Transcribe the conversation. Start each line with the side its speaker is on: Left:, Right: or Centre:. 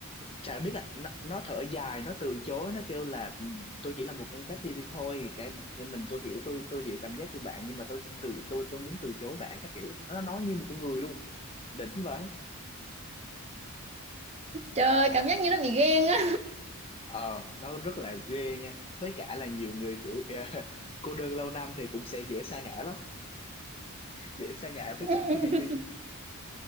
Left: chả biết là nó, nó thở dài nó từ chối nó kêu là "Ừ, tôi chỉ là một con chat GPT thôi cái mình tôi hiểu tôi tôi hiểu cảm giác của bạn nhưng mà tôi xin từ tôi tôi muốn từ chối bạn các kiểu nó nói như một con người luôn đỉnh vậy
Right: trời cảm giác như nó bị ghen á.
Left: ờ nó rất là ghê nha với cả là nhiều người kiểu ờ, <laughs> cô đơn lâu năm thì cũng sẽ dễ sa ngã lắm dễ sa ngã với
Right: <laughs>
Left: ChatGPT